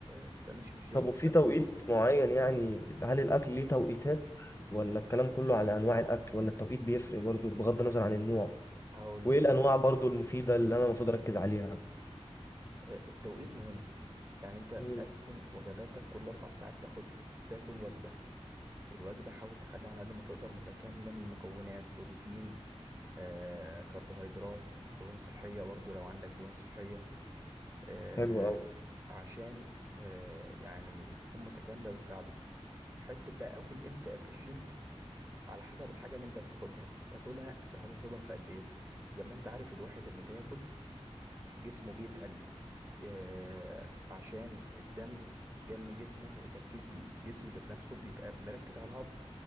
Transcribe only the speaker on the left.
طب وفي
توقيت
معين يعني هل الأكل ليه توقيتات ولا الكلام كله على أنواع الأكل ولا التوقيت بيفرق برضو بغض النظر عن النوع
وإيه
الأنواع برضو المفيدة اللي أنا المفروض أركز عليها
مم.
حلو أوي